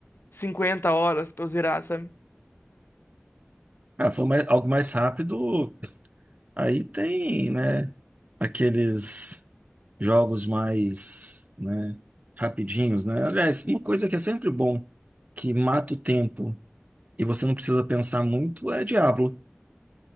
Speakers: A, on the left (about 55°); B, on the right (about 35°).
A: 50 horas pra eu zerar, sabe?
B: Ah, foi mais- algo mais rápido. Aí tem, né, aqueles jogos mais, né, rapidinhos, né? Aliás, uma coisa que é sempre bom, que mata o tempo e você não precisa pensar muito, é Diablo.